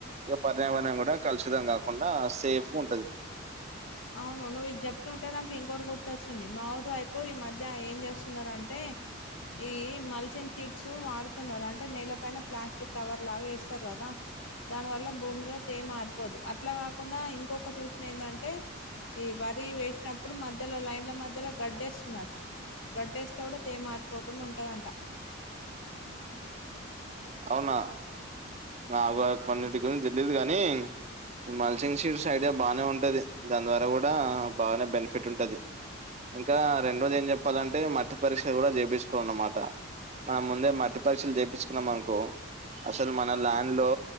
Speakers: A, on the right; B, on the left.
A: ఇక పర్యావరణం కూడా కలుషితం కాకుండా సేఫ్ గా ఉంటాది..
B: అవును. నువ్వు ఇది చెప్తుంటే నాకు ఇంకోటి గుర్తొచ్చింది మా ఊరు వైపు ఈ మధ్య ఏం చేస్తున్నారంటే ఈ మల్చింగ్ షీట్స్ వాడుతున్నారు. అంటే నేల పైన ప్లాస్టిక్ కవర్ లాగా వేస్తారు కదా దాని వల్ల భూమిలో తేమ ఆరిపోదు. అట్లా కాకుండా ఇంకొక ట్యూషన్ ఏంటంటే? ఈ వరి వేసినప్పుడు మధ్యలో లైన్ల మధ్యలో గడ్డేస్తున్నారు గడ్డేస్తా కూడా తేమా ఆరిపోకుండా ఉంటదంట
A: అవునా నాకు కొన్నింటి గురించి తెల్లిదు కానీ మల్సిింగ్ షీట్స్ ఐడియా బాగానే ఉంటది దాని ద్వారా కూడా బాగానే బెనిఫిట్ ఉంటది ఇంకా రెండోది ఏం చెప్పాలంటే పట్టి పరీక్ష కూడా చేపించుకోాల అన్నమాట మనం ముందే మట్టి పరీక్షలు చేయిుకున్నాం అనుకో అసలు మన్ మన ల్యాండ్ లో